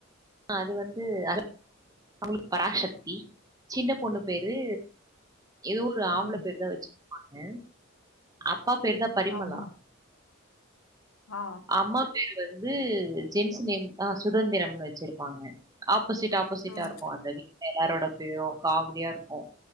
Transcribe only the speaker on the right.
ஆ அது வந்து அரப் அவுளுக்கு பராசக்தி சின்ன பொண்ணு பேரு ஏதோ ஒரு ஆம்பள
பேருதா வெச்சுப்பாங்க அப்பா பேருதான் பரிமளாவின்
அம்மா பேரு வந்து ஜென்ட்ஸ் நேம் ஆ சுதந்திரம்ன் வெச் சிருப்பாங்க ஆப்போசிட் ஆப்போசிட்டா
இருக்கு அந்த வீட்ல எல்லாரோட பேரு காமெடியா இருக்கு